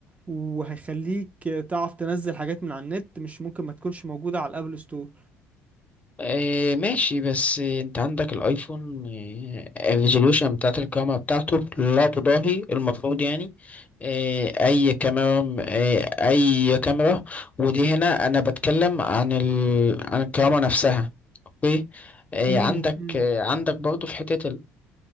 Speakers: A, on the right (about 25°); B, on the left (about 25°).
A: وهيخليك تعرف تنزل حاجات من على النت مش ممكن ما تكونش موجودة على الابل ستور
B: آه، ماشي بس آه، انت عندك الايفون آه، الريزولوشن بتاعت الكاميرا بتاعته لا تضاهي المفروض يعني آه، اي كاميرا آه، اي كاميرا ودي هنا انا بتكلم عن ال... عن الكاميرا نفسها اوكي آه،
A: امم
B: عندك
A: امم
B: آه، عندك برضه في حتة ال-